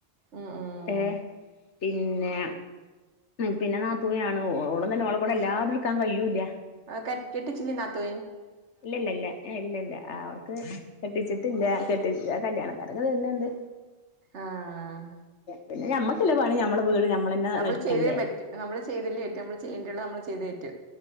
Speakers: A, on the right; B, on the left.
A: ഉം ഉം
B: ഏ പിന്നെ പിന്നെ നാ തൂണിയാണ് ഓള്ള തന്നെ ഓള കൂടെ എല്ലാതും എടുക്കാൻ കഴിയൂല്ല
A: ആഹ ക കട്ടിിച്ചില്ലിിന തു
B: ഇല്ലല്ല ഇല്ല ഇല്ല ഇല്ല അവർക്ക് പട്ടിച്ച ട്ട കെട്ട കല്യാണക്കാരൊക്കെ വരുന്നെുണ്ട്
A: ആഹ
B: പിന്നെ നമ്മ ചിലവാണ് മ്മടെ വീട് ഞമ്മളന്നെ
A: നമ്മള്
B: എടുക്കണ്ടേ
A: ചെയ്തേ പറ്റും നമ്മള് ചെയ്തല്ലേ പറ്റും നമ്മള് ചെയ്യേണ്ടുള്ളത് നമ്മള് ചെയ്തേ പറ്റൂ